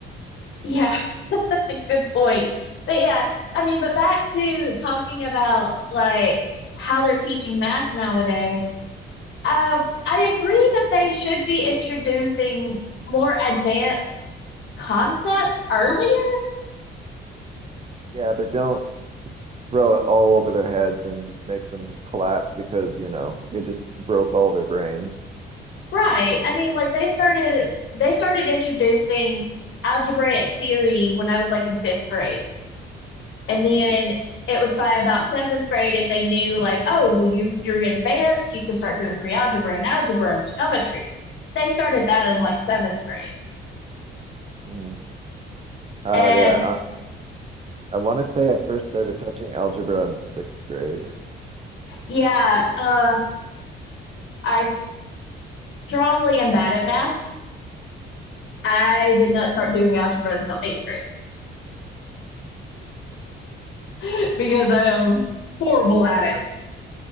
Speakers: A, on the left (about 70°); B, on the right (about 30°).
A: Yeah, <laughs> good point. But yeah, I mean, but back to talking about like how they're teaching math nowadays. Uh, I agree that they should be introducing more advanced concepts earlier
B: Yeah, but don't throw it all over their heads and make them collapse because, you know, you just broke all their brains.
A: right i mean like they started they started introducing algebraic theory when i was like in fifth grade and then it was by about seventh grade if they knew like oh well you you're advanced you can start doing pre-algebra and algebra and geometry they started that in like seventh grade
B: Mm. Uh,
A: and
B: yeah, um, I want to say I first started touching algebra in sixth grade.
A: yeah uh i strongly am bad at math i did not start doing algebra until eighth grade <laughs> because i am horrible at it
B: I mean,